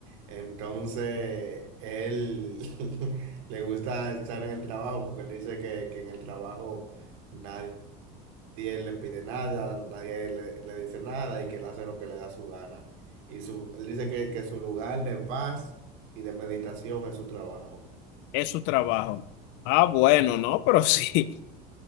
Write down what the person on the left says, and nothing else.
Es su trabajo. Ah, bueno, no, pero sí.